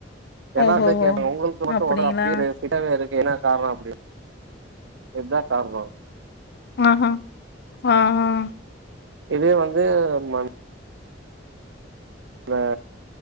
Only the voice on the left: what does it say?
ஓஹோஹோ
அப்டிங்களா?
ஆஹ ஆஹ